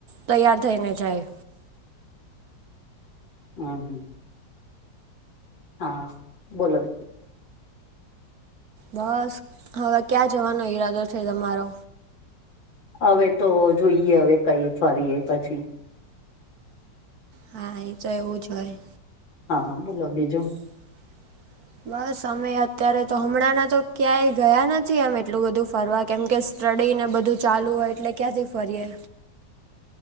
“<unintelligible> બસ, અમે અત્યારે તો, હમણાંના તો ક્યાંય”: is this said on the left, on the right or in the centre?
Right